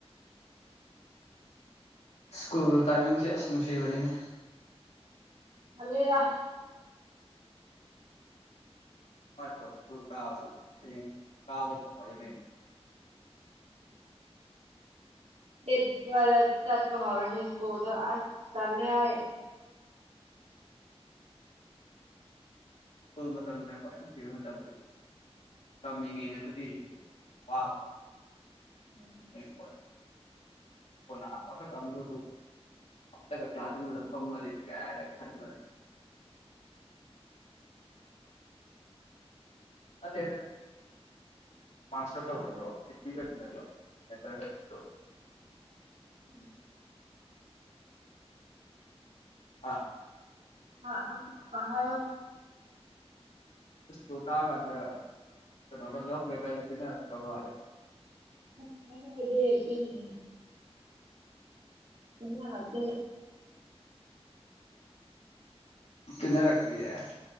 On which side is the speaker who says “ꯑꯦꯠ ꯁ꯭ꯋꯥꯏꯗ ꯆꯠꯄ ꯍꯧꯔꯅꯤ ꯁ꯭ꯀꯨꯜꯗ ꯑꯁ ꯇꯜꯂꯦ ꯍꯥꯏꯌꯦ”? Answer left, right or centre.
Right